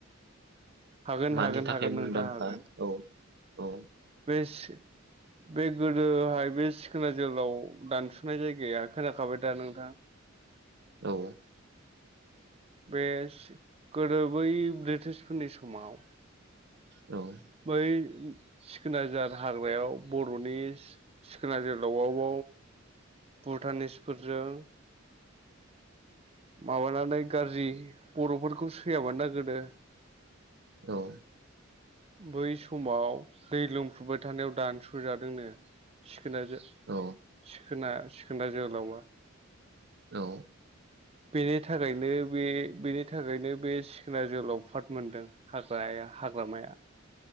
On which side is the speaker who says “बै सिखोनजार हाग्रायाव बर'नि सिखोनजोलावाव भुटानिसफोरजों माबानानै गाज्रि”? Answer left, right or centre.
Right